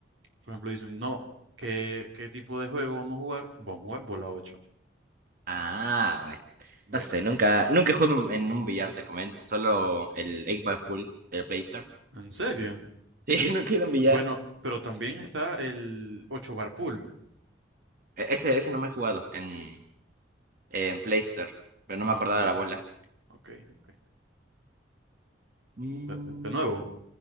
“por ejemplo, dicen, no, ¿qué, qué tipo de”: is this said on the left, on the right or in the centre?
Right